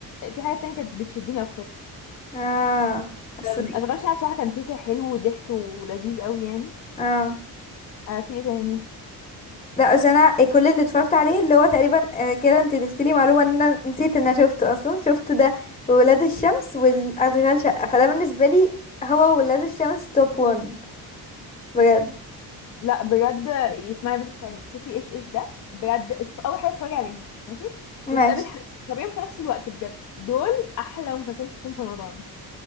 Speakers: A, on the left; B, on the left.
A: في حاجات تانية كانت بتشدني اكتر
B: اه اصل
A: أم، اشغال شقة بصراحة كان كيكة حلو وضحك ولذيذ قوي يعني
B: اه
A: آه في ايه تاني
B: لا اصل انا كل اللي اتفرجت عليه اللي هو تقريبا آه، كده انت ضفتي لي معلومه ان انا نسيت ان انا شفته اصلا شفت ده وولاد الشمس والاشغال شقه فده بالنسبه لي هو ولاد الشمس توب 1 بجد
A: لا بجد اسمعي بنت كلمة شوفي ايش ايش ده بجد اس- اول حاجه اتفرجي عليها ماشي
B: ماشي
A: وتقابل حبيب طبيعي في نفس الوقت بجد دول احلى مسلسلين شفتهم في رمضان